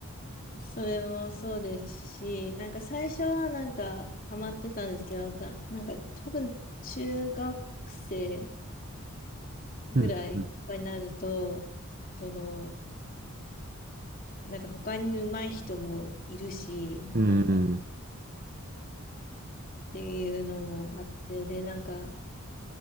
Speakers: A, on the left (about 40°); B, on the right (about 45°).
A: それもそうですし、なんか最初はなんかハマってたんですけど、だ、なんか多分中学生ぐらいになると、
B: うん、うん、
A: その、なんか他に上手い人もいるし、
B: うん、
A: なんかっていうのもあって、で、なんか